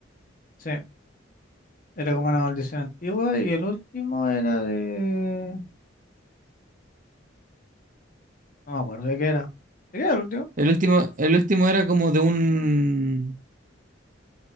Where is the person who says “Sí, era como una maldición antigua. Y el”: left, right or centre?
Left